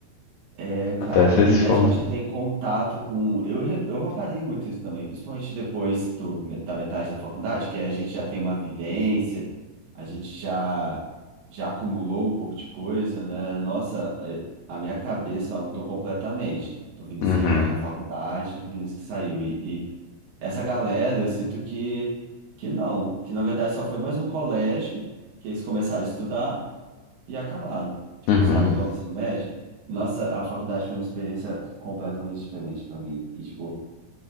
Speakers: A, on the right (about 80°); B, on the left (about 70°).
A: É, cara,
B: até vocês
A: e
B: se forem.
A: a gente tem contato com. Eu, re- eu reparei muito isso também, principalmente depois do, me- da metade da faculdade, que a gente já tem uma vivência, a gente já, já acumulou um pouco de coisa, né? Nossa, eh, a minha cabeça ela mudou completamente. Do Vinícius
B: Uhum.
A: que entrou na faculdade, do Vinícius que saiu. E, e essa galera, eu sinto que, que não, que na verdade só foi mais um colégio que eles começaram a estudar e acabaram. Tipo,
B: Uhum.
A: sabe, igual o ensino médio. Nossa, a faculdade foi uma experiência completamente diferente para mim. E, tipo,